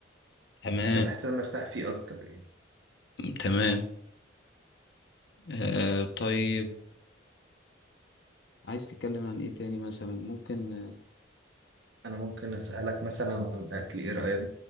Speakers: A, on the left; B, on the right.
A: تمام
B: عشان بحس إن انا مرتاح فيه اكتر يعني
A: تمام آه طيب عايز تتكلم عن ايه تاني مثلا ممكن آه،
B: انا ممكن اسالك مثلا عن الاكل ايه رايك